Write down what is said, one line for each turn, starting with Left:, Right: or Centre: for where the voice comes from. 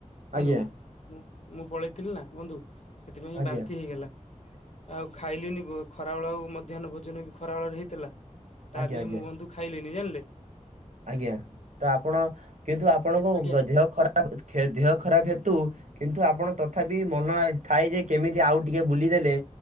Left: ବନ୍ଧୁ,
Right: ଆଜ୍ଞା
Left: ମୁଁ ମୁଁ ପଳେଇଥିଲି ନା ବନ୍ଧୁ। ସେଥିପାଇଁ
Right: ଆଜ୍ଞା
Left: ବାନ୍ତି ହେଇଗଲା, ଆଉ ଖାଇଲିନି ଖରାବେଳେ ଆଉ ମ ମଧ୍ୟାନ୍ନ ଭୋଜନ ବି ଖରା ବେଳରେ ହେଇଥିଲା, ତା
Right: ଆଜ୍ଞା
Left: ବି ଆ
Right: ଆଜ୍ଞା।
Left: ମୁଁ ବନ୍ଧୁ ଖାଇଲିନି ଜାଣିଲେ?
Right: ଆଜ୍ଞା, ତ ଆପଣ କିନ୍ତୁ ଆପଣଙ୍କ
Left: ଆଜ୍ଞା
Right: ଦେହ ଖରାପ ଦେହ ଖରାପ ହେତୁ କିନ୍ତୁ ଆପଣ ତଥାପି ମନ ଥାଏ ଯେ କେମିତି ଆଉ ଟିକେ ବୁଲିଦେଲେ